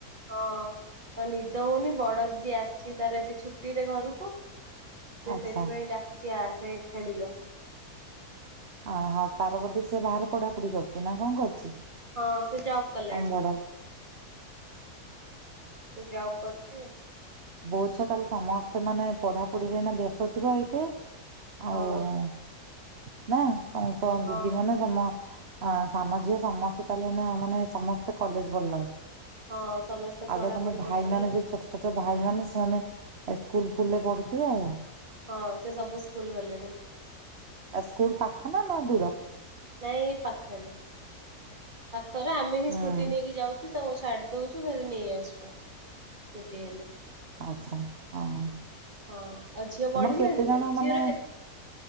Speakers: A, on the right; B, on the right.
A: ହଁ ତ ନିଦ ହଉନି ବଡ ଦିଦି ଆସିଛି ତାର ଏବେ ଛୁଟିରେ ଘରକୁ। ସେ
B: ଆଚ୍ଛା।
A: ସେଥିପାଇଁ ଡାକୁଚ ଆ ସେ ଖେଳିବ।
B: ଅହଁ ତାର ବୋଧେ ସେ ବାହାରେ ପଢା ପଢି କରୁଛି ନା କଣ କରୁଛି।
A: ହଁ ସେ ଯାଉ କଲାଣି
B: ତମ
A: ସେ
B: ବଡ ହଁ।
A: ଯାଉ କରଛି।
B: ବହୁଛ ତାହେଲେ ସମସ୍ତେ ମାନେ ପଢା ପଢିରେ ବ୍ୟସ୍ତ ଥିବ ଏଇବେ ହଉ।
A: ହଁ
B: <unintelligible> ନ ତମ ଦିଦି
A: ହଁ।
B: ମାନେ ତମ ଅ ସାନ ଝିଅ ସମସ୍ତେ ତାହେଲେ ମାନେ ସମସ୍ତେ କଲେଜ ପଢିଲାଣି।
A: ହଁ ସମସ୍ତେ
B: ଆଉ
A: ପଢାପଢି
B: ଯ ତମ ଭାଇ
A: କରୁଛନ୍ତି।
B: ମାନେ ଯୋଉ ଛୋଟ ଛୋଟ ଭାଇ ମାନେ ସେମାନେ ଏ ସ୍କୁଲ ଫୁଲରେ ପଢୁଥିବେ ଆଉ
A: ହଁ ସେ ସବୁ ସ୍କୁଲ ଗଲେଣି।
B: ଆ ସ୍କୁଲ ପାଖ ନା ନା ଦୁର
A: ନାଇଁ ପାଖରେ ଖରେ ଆମେ ହିଁ
B: ହୁଁ
A: ସ୍କୁଟି ନେଇକି ଯାଉଛୁ। ତାଙ୍କୁ ଛାଡି ଦଉଛୁ ଘରେ ନେଇ ଆସିବ ଛୁଟି ହେଲେ।
B: ଆଛା ହଁ।
A: ହଁ। ଆଉ ଝିଅ
B: ତମର
A: ବଢିଲାଣି
B: କେତେ ଜଣ
A: ନା ଝିଅର
B: ମାନେ
A: କେ